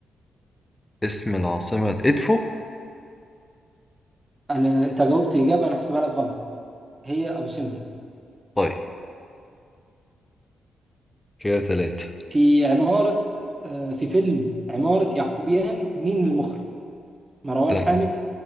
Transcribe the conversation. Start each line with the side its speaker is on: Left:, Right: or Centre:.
Left: اسم العاصمة إدفو
Right: انا انت جاوبت اجابه انا هحسبها لك غلط هي ابو سمبل
Left: طيب كده ثلاثة
Right: في عماره آه، في فيلم عماره يعقوبيان مين المخرج مروان
Left: لا
Right: حامد